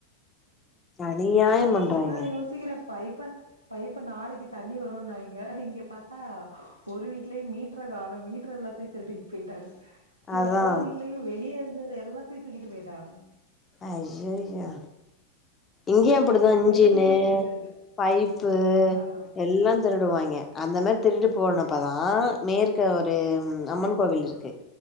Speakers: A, on the left; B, on the right.
A: அநியாயம் பண்றாய்ங்க
B: அதா யோசிக்கிறே பைப்ப பைப்ப நாளைக்கு தண்ணி வருனாய்ங்க இங்க இங்க பாத்தா ஒரு வீடலேயே மீட்டர காணு மீட்டர் எல்லத்தையு திருட்டிட்டு போயிட்டாங்க
A: அதா
B: எல்லா வீட்லயு வெளியே இருந்தது எல்லாத்தையு தூக்கிட்டு போயிட்டாங்க
A: ஐயா யோ இங்கேயு அப்படித்தா இன்ஜின்னு
B: தெருவுலயே புள்ள இல்ல
A: பைப்பு
B: ஆ
A: எல்லா திருடுவாங்கே அந்த மாரி திருட்டு போனப்போ தா மேற்க ஒரு அம்மன் கோவில் இருக்கு